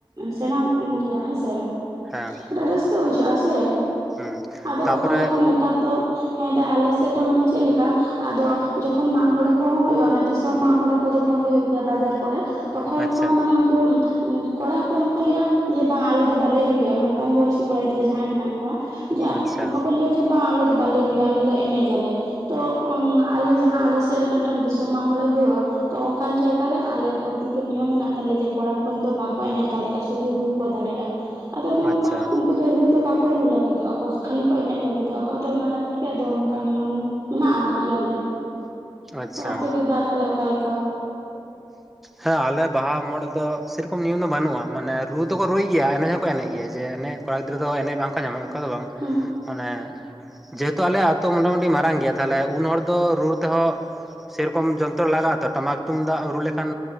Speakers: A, on the right (about 35°); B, in the centre.
A: ᱥᱮᱬ <unintelligible> ᱜᱮᱭᱟ ᱦᱮᱸᱥᱮ
B: ᱦᱮᱸ
A: ᱢᱤᱫᱴ ᱨᱟᱹᱥᱠᱟᱹ ᱵᱩᱡᱷᱟᱹᱜ ᱟ ᱥᱮ
B: ᱦᱩᱸ
A: ᱟᱫᱚ
B: ᱛᱟᱯᱚᱨᱮ
A: ᱚᱠᱟᱞᱮᱠᱟ ᱱᱮᱛᱚᱼᱜ ᱱᱮᱛᱟᱨ ᱫᱚ ᱦᱮᱸ ᱫᱟ ᱟᱞᱮ ᱥᱮᱫ ᱫᱚ ᱢᱟᱱᱮ ᱪᱮᱫ ᱞᱮᱠᱟ ᱟᱫᱚ ᱛᱚᱠᱷᱚᱱ ᱢᱟᱜ ᱢᱚᱬᱮ ᱠᱚᱦᱚᱸ ᱦᱩᱭᱩᱜᱼᱟ ᱫᱤᱥᱚᱢ ᱢᱟᱜ ᱢᱚᱬᱮ ᱠᱚ ᱡᱚᱠᱷᱚᱱ ᱦᱩᱭᱩᱜ ᱜᱮᱭᱟ ᱵᱟᱡᱟᱨ ᱠᱚᱨᱮ ᱛᱚᱠᱷᱚᱱ
B: ᱟᱪᱪᱷᱟ
A: ᱦᱚᱸ ᱢᱟᱱᱮ ᱩᱱᱠᱩ ᱠᱚᱲᱟ ᱦᱚᱯᱚᱱ ᱦᱚᱸᱠᱚ ᱞᱟᱹᱭᱟ ᱡᱮ ᱵᱟᱝ ᱟᱞᱮ ᱫᱚ ᱵᱟᱞᱮ ᱨᱩᱭᱟ ᱢᱟᱱᱮ ᱠᱚᱢ ᱵᱚᱭᱚᱥᱤ ᱠᱚᱲᱟ ᱜᱤᱫᱽᱨᱟᱹ ᱡᱟᱦᱟᱸᱭ ᱢᱮᱱᱟᱜ ᱠᱚᱣᱟ ᱡᱟ
B: ᱟᱪᱪᱷᱟ
A: ᱚᱱᱠᱟ ᱠᱚ ᱞᱟᱹᱭᱟ ᱡᱮ ᱵᱟᱝ ᱟᱞᱮ ᱫᱚ ᱵᱟᱞᱮ ᱨᱩᱭᱟ ᱟᱞᱮ ᱫᱚ ᱮᱢᱮᱡᱟᱞᱮ ᱛᱚ ᱟᱞᱮ ᱡᱟ ᱡᱟᱦᱟᱸ ᱟᱞᱮ ᱥᱮᱫ ᱨᱮ ᱢᱤᱫᱴᱟᱝ ᱫᱤᱥᱚᱢ ᱢᱟᱜ ᱢᱚᱬᱮ ᱦᱩᱭᱩᱜᱼᱟ ᱛᱚ ᱚᱱᱠᱟᱱ ᱡᱟᱭᱜᱟᱨᱮ ᱟᱞᱮ ᱫᱚ ᱠᱱᱤᱛᱩ ᱱᱤᱭᱚᱢ ᱢᱮᱱᱟᱜ ᱛᱟᱞᱮᱭᱟ ᱡᱮ ᱠᱚᱲᱟ ᱦᱚᱯᱚᱱ ᱫᱚ ᱵᱟᱠᱚ ᱮᱱᱮᱡ ᱫᱟᱲᱮᱭᱟᱜᱼᱟ ᱥᱩᱫᱷᱩ ᱨᱩ ᱠᱚ ᱫᱟᱲᱮᱭᱟᱜᱼᱟ ᱟᱫᱚ ᱚᱱᱮ ᱚᱱᱠᱟ
B: ᱟᱪᱪᱷᱟ
A: ᱩᱱᱠᱩ ᱫᱚ ᱨᱩ ᱫᱚ ᱵᱟᱠᱚ ᱨᱩ ᱞᱟᱹᱜᱤᱫᱚᱜᱼᱟ ᱠᱷᱟᱹᱞᱤ ᱠᱚ ᱮᱱᱮᱡ ᱞᱟᱹᱜᱤᱫᱚᱜᱼᱟ ᱟᱫᱚ ᱚᱱᱟ ᱠᱷᱟᱹᱛᱤᱨ ᱜᱮ ᱟᱫᱚ ᱚᱱᱠᱟ ᱱᱤᱭᱚᱢ ᱢᱮᱱᱟᱜᱼᱟ ᱟᱨᱠᱤ ᱚᱸᱰᱮ
B: ᱟᱪᱪᱷᱟ
A: ᱟᱯᱮᱜᱮ ᱫᱟ ᱛᱟᱦᱚᱞᱮ ᱚᱠᱟᱮ ᱞᱮᱠᱟ?
B: ᱦᱮᱸ ᱟᱞᱮ ᱵᱟᱦᱟ ᱢᱳᱲᱮ ᱨᱮᱫᱚ ᱥᱮᱨᱚᱠᱚᱢ ᱱᱤᱭᱚᱢ ᱫᱚ ᱵᱟᱹᱱᱩᱜ-ᱟ ᱢᱟᱱᱮ ᱨᱩ ᱫᱚᱠᱚ ᱨᱩᱭ ᱜᱮᱭᱟ ᱮᱱᱮᱡ ᱦᱚᱸᱠᱚ ᱮᱱᱮᱡ ᱜᱮᱭᱟ ᱡᱮ ᱮᱱᱮᱡ ᱠᱚᱲᱟ ᱜᱤᱫᱽᱨᱟᱹ ᱫᱚ ᱮᱱᱮᱡ ᱵᱟᱝ ᱠᱚ ᱧᱟᱢᱚᱜ-ᱟ, ᱚᱱᱠᱟ ᱫᱚ ᱵᱟᱝ
A: ᱦᱮᱸ
B: ᱢᱟᱱᱮ ᱡᱮᱦᱮᱛᱩ ᱟᱞᱮᱭᱟᱜ ᱟᱹᱛᱩ ᱢᱳᱴᱟᱢᱩᱴᱤ ᱢᱟᱨᱟᱝ ᱜᱮᱭᱟ ᱛᱟᱦᱞᱮ ᱩᱱ ᱦᱚᱲ ᱫᱚ ᱨᱩ ᱛᱮᱦᱚᱸ ᱥᱮᱨᱚᱠᱚᱢ ᱡᱚᱱᱛᱨ ᱞᱟᱜᱟᱜ ᱟ ᱛᱚ ᱴᱟᱢᱟᱠ ᱛᱩᱢᱫᱟᱜ ᱠᱷᱟᱱ